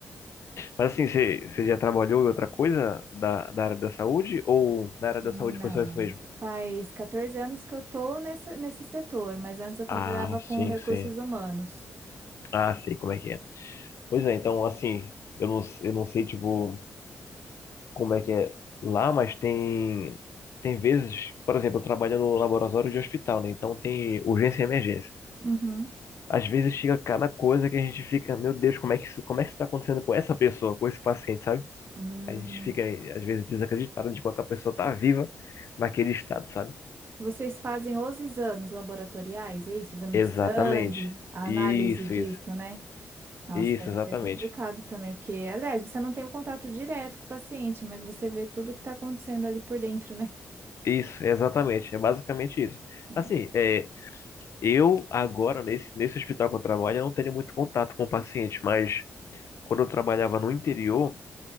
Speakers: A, on the left (about 60°); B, on the right (about 45°).
A: Mas assim, você, você já trabalhou em outra coisa da, da área da saúde? Ou na área
B: Não.
A: da saúde foi só isso mesmo?
B: Faz 14 anos que eu tô nessa, nesse setor, mas antes eu trabalhava
A: Ah,
B: com
A: sim,
B: recursos
A: sim.
B: humanos.
A: Ah, sei como é que é. Pois é, então, assim, eu não, eu não sei, tipo, como é que é lá, mas tem, tem vezes, por exemplo, eu trabalho no laboratório de hospital, né? Então tem urgência e emergência.
B: Uhum.
A: Às vezes chega cada coisa que a gente fica, meu Deus, como é que isso, como é que isso tá acontecendo com essa pessoa, com esse paciente, sabe?
B: Hum.
A: A gente fica, às vezes, desacreditado de como é que a pessoa tá viva naquele estado, sabe?
B: Vocês fazem os exames laboratoriais, é isso? Exame
A: Exatamente.
B: de sangue, a
A: Isso,
B: análise disso,
A: isso.
B: né? Nossa,
A: Isso,
B: deve
A: exatamente.
B: ser complicado também, porque, aliás, você não tem o contato direto com o paciente, mas você vê tudo o que está acontecendo ali por dentro, né?
A: Isso, exatamente. É basicamente isso.
B: É,
A: Assim, é, eu agora, nesse, nesse hospital que eu trabalho, eu não tenho muito contato com o paciente, mas quando eu trabalhava no interior,